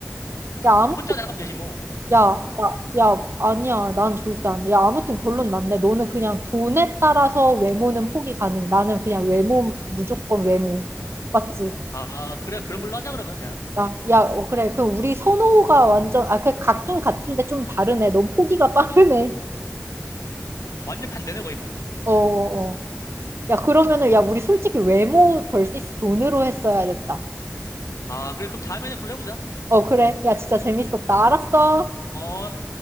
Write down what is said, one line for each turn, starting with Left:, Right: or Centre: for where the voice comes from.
Right: 야, 아무
Left: 뭐 혼자 나가면 되지 뭐.
Right: 야, 야, 야, 아니야. 난 절대 안 돼. 야, 아무튼 결론 났네. 너는 그냥 돈에 따라서 외모는 포기 가능. 나는 그냥 외모, 무조건 외모. 맞지?
Left: 아, 그래 그런 걸로 하자 그러면 그냥.
Right: 야, 야, 어, 그래. 그 우리 선호가 완전, 아, 그 같긴 같은데 좀 다르네. 넌 포기가 빠르네.
Left: 완전 반대네 거의 뭐.
Right: <laughs> 어, 어, 어. 야, 그러면은, 야, 우리 솔직히 외모 벌스 돈으로 했어야 됐다.
Left: 아, 그래 그럼 다음에는 그걸로 해보자.
Right: 어, 그래. 야, 진짜 재밌었다. 알았어.
Left: 어.